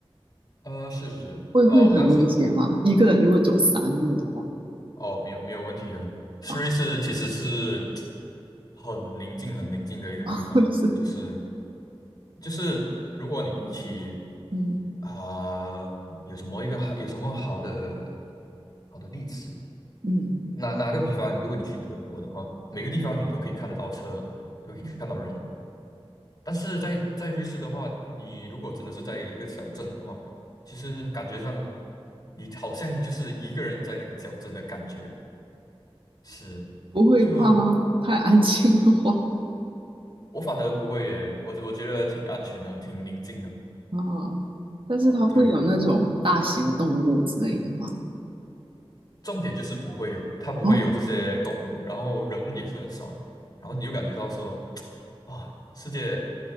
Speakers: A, on the left; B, on the right.
A: 呃，是是是，
B: 会会很危险吗？
A: 呃，我当时
B: 一个人如果走山路的话，
A: 哦，没有没有问题的，
B: 啊，
A: 瑞士其实是很宁静很宁静的一个地方，
B: <laughs> 是，
A: 就是就是如果你比起
B: 嗯
A: 啊、有什么一个好有什么好的好的例子？
B: 嗯
A: 哪哪个比方，如果你去德国的话，每个地方你都可以看得到车，都可以看到人。
B: 嗯，
A: 但是在在瑞士的话，你如果真的是在一个小镇的话，其实感觉上你好像就是一个人在那个小镇的感觉。是，
B: 不会怕吗？
A: 就
B: 太安静的话，
A: 我反而不会耶，我我觉得挺安全的，挺宁静的
B: 啊，但是它会有那种大型动物之类的吗？
A: 啊。对，重点就是不会有，它不会有这些动物，
B: 哦
A: 然后人也是很少，然后你就感觉到说，<tsk> 哇，世界